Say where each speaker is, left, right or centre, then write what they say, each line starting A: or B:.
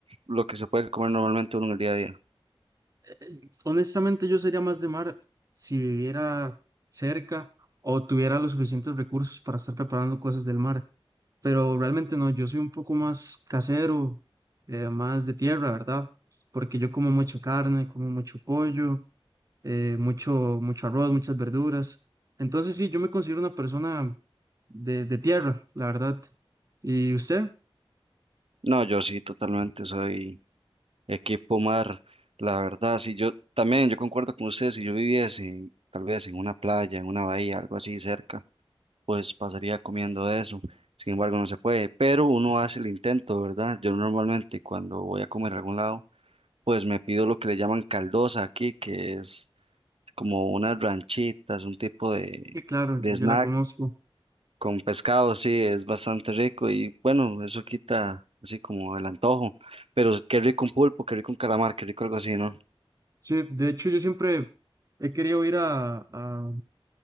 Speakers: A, on the right; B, on the right.
A: lo que se puede comer normalmente uno en el día a día?
B: Eh, Honestamente, yo sería más de mar si viviera cerca o tuviera los suficientes recursos para estar preparando cosas del mar. Pero realmente no, yo soy un poco más casero, eh, más de tierra, ¿verdad? Porque yo como mucha carne, como mucho pollo, eh, mucho, mucho arroz, muchas verduras. Entonces sí, yo me considero una persona de, de tierra, la verdad. ¿Y usted?
A: No, yo sí, totalmente soy equipo mar, la verdad. Si yo también, yo concuerdo con usted, si yo viviese tal vez en una playa, en una bahía, algo así cerca. pues pasaría comiendo de eso. Sin embargo, no se puede, pero uno hace el intento, ¿verdad? Yo normalmente cuando voy a comer a algún lado, pues me pido lo que le llaman caldosa aquí, que es como unas ranchitas, un tipo de,
B: Sí, claro,
A: de
B: yo, yo
A: snack
B: la conozco.
A: con pescado, sí, es bastante rico y bueno, eso quita así como el antojo, pero qué rico un pulpo, qué rico un calamar, qué rico algo así, ¿no?
B: Sí, de hecho yo siempre He querido ir a, a-